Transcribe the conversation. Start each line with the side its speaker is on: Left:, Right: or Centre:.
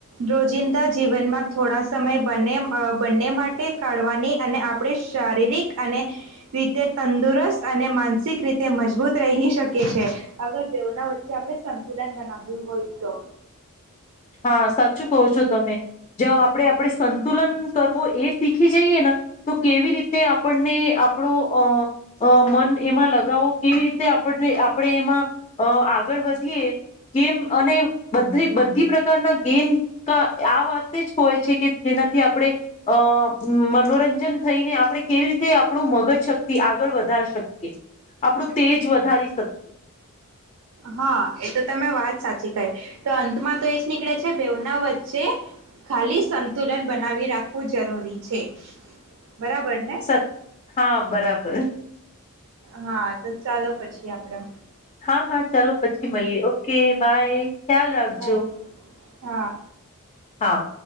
Right: રોજિંદા જીવનમાં થોડા સમય બંને બંને માટે કાઢવાની અને આપણે શારીરિક અને, રીતે તંદુરસ્ત અને માનસિક રીતે મજબૂત રહી શકીએ. છે, અગર દવના વચ્ચે આપણે સંતુલન બનાવ્યું હોય તો.
Left: હા સાચું કહો છો તમે, જો આપણે આપણે સંતુલન કરવું એ શીખી જઈએ ને, તો કેવી રીતે આપણને આપણો અ મન એમાં લગાવો કેવી રીતે આપણને આપણે એમાં, આગળ વધીએ કેમ અને બધ બધી પ્રકાર પ્રકારના ગેમ આ વાતે જ હોય છે કે જેનાથી આપણે, અ મનોરંજન થઈને આપણે કેવી રીતે આપણું મગજ શક્તિ આગળ વધારી શકીએ, આપણું તેજ વધારી શકીએ.
Right: હા એ તો તમે વાત સાચી કઈ. તો અંતમાં તો એ જ નીકળે છે બેઉના વ છે, ખાલી સંતુલન બનાવી રાખવું જરૂરી છે. બરાબર ને.
Left: સ હા બરાબર.
Right: હા તો ચાલો પછી આપડા.
Left: હા હા ચાલો પછી મળીએ ઓકે બાય ખ્યાલ રાખજો.
Right: બાય. હા.
Left: હા.